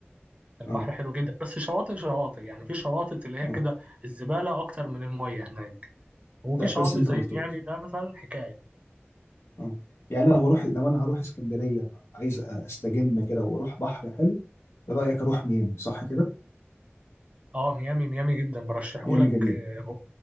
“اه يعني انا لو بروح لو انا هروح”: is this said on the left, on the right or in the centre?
Left